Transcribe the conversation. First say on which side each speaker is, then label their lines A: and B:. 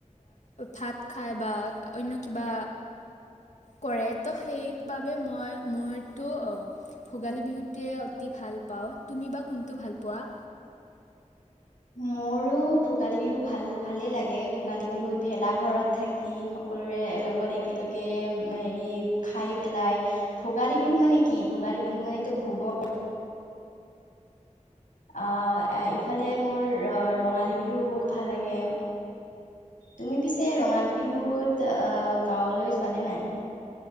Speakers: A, on the left; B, on the left.
A: ভাত খাই। বা অন্য কিবা কৰে ত সেইবাবে মই মইতো। অ' ভোগালী বিহুতে অতি ভাল পাওঁ। তুমি বা কোনটো ভাল পোৱা।
B: মোৰো ভোগালী বিহু ভাল ভালে লাগে ভোগালী বিহুত ভেলা ঘৰত থাকি সকলো। সকলোৰে লগত একেলগে হেৰি খাই পেলাই ভোগালী বিহু মানে কি ভোগালী। ভোগালী বিহু মানে তো ভোগৰ। আহ ইফালে মোৰ ৰঙালী বিহু বহুত ভাল লাগে। তুমি পিছে ৰঙালী বিহুত আহ গাঁৱলৈ যোৱানে নাই।